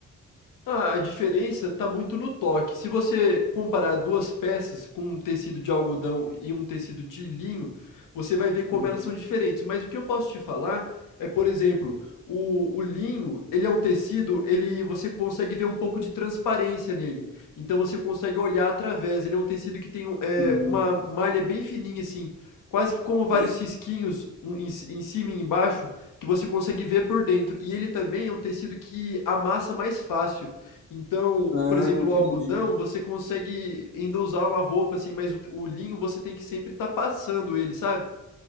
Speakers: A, on the left (about 85°); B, on the left (about 50°).
A: Ah, a diferença está muito no toque. Se você comparar duas peças com um tecido de algodão e um tecido de linho, você vai ver como
B: Uhum.
A: elas são diferentes. Mas o que eu posso te falar é, por exemplo, o, o linho, ele é um tecido, ele você consegue ver um pouco de transparência nele. Então você consegue olhar através. Ele é um tecido que tem é,
B: Uhum.
A: uma malha bem fininha assim. Quase que como vários
B: E-
A: risquinhos um em, ci- em cima e embaixo, que você consegue ver por dentro. E ele também é um tecido que amassa mais fácil. Então,
B: Ah,
A: por exemplo,
B: entendi.
A: o algodão, você consegue ainda usar uma roupa assim, mas o, o linho você tem que sempre estar passando ele, sabe?